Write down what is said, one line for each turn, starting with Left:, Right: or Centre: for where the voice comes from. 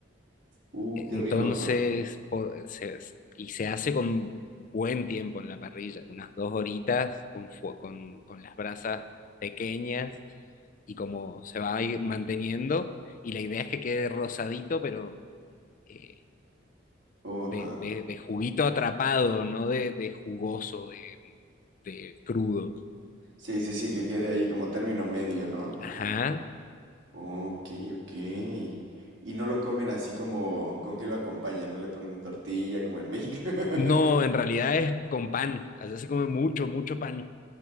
Right: Uh,
Left: Entonces,
Right: qué rico, ajá.
Left: por- se- y se hace con buen tiempo en la parrilla, unas dos horitas con, fue- con, con las brasas pequeñas y como se va a ir manteniendo. Y la idea es que quede rosadito, pero eh,
Right: Oh,
Left: de,
Right: ajá.
Left: de- de juguito atrapado, no de, de jugoso, de, de crudo.
Right: Sí, sí, sí, que quede ahí como término medio, ¿no? Ajá.
Left: Ajá.
Right: Ok, ok. Y no lo comen así como, ¿con qué lo acompañan? No le ponen tortilla como en México. <laughs>
Left: No, en realidad es con pan. Allá se come mucho, mucho pan.